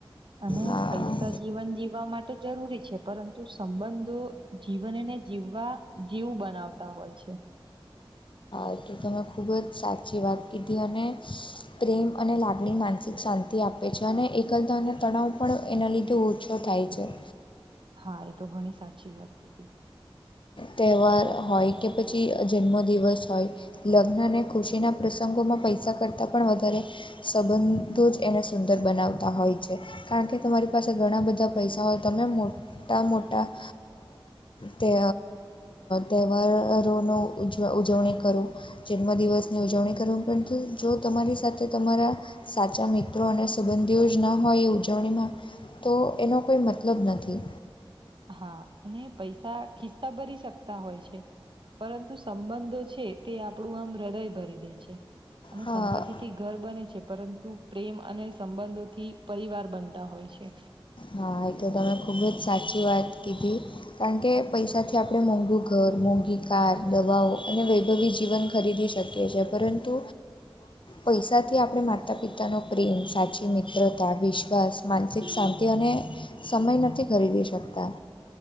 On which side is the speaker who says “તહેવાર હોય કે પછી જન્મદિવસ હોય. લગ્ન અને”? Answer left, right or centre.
Left